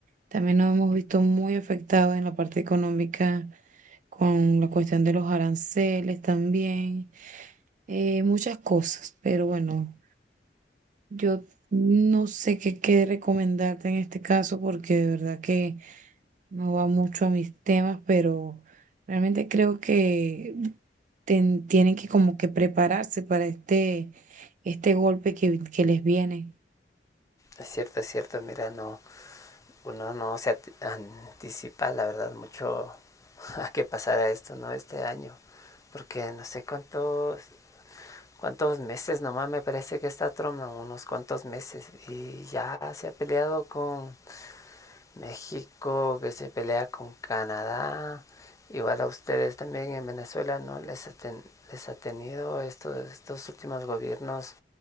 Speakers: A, on the right; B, on the left.
A: también nos hemos visto muy afectados en la parte económica con la cuestión de los aranceles también, eh, muchas cosas, pero bueno. Yo no sé qué, qué recomendarte en este caso porque de verdad que no va mucho a mis temas, pero realmente creo que ten- tienen que como que prepararse para este, este golpe que, que les viene.
B: Es cierto, es cierto, mira, no, uno no se anticipa, la verdad, mucho <laughs> a qué pasará esto, ¿no? Este año. porque no sé cuántos, cuántos meses nomás me parece que está Trump, no, unos cuantos meses, y ya se ha peleado con México, que se pelea con Canadá, igual a ustedes también en Venezuela, ¿no? Les ha, ten- les ha tenido estos, estos últimos gobiernos